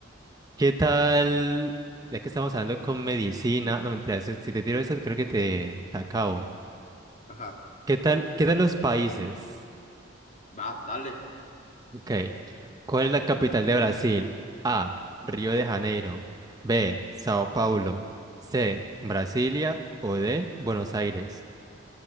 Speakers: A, on the right; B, on the left.
A: ¿Qué tal? Ya que estamos hablando con medicina, no mentira, si si te tiro eso creo que te, te acabo.
B: Ajá,
A: ¿Qué tal? ¿Qué tal los países?
B: va, dale.
A: Ok. ¿Cuál es la capital de Brasil? A. Río de Janeiro. B. Sao Paulo. C. Brasilia. O D. Buenos Aires.